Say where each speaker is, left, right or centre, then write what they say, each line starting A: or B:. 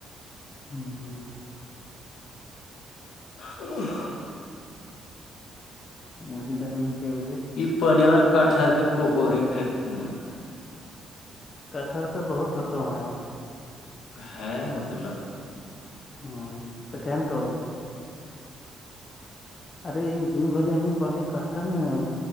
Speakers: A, on the left; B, on the left.
A: ہاں
B: ا
A: م دیک نا کہ بجے
B: یہ پانی ہمارے کٹہر کے پکڑی ک من کر
A: کٹہر تو بہت ہوت وہاں ار
B: ہے مطلب
A: ہاں تو کہن تھڑے ارے ایک جو گے پہلے کٹر ن آ